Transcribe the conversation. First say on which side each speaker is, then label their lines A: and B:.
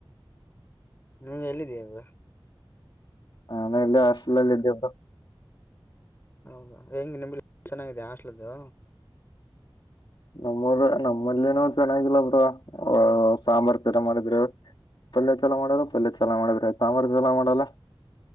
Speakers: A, on the left; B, on the left.
A: ನೀ ಎಲ್ಲಿದೀಗ
B: ಆೇಲೆ ಆಾಶಲ್ಲಲ್ಲ ಇದೆ ಬ್ರೋ
A: ಹೌದಾ ಹೆಂಗ ನಿಮ ಚೆನ್ನಾಗಿದೆ ಆಸ್ಲದುು
B: ನಮ್ಮರ ನಮ್ಮಲ್ಲಿನೋ ಚೆನ್ನಾಗಿಲ್ಲಬ್ರ ಸಾಂಬಾರ್ ತೀರಾ ಮಾಡಿದ್ರರು ಪಲ್ಲಯ ಜಲ ಮಾಡಲ್ಲ ಪಲ್ಯ ಚಲ ಮಾಡಿದ್ರೆ ಸಾಂಬಾರ್ ಜಲ ಮಾಡಲ್ಲ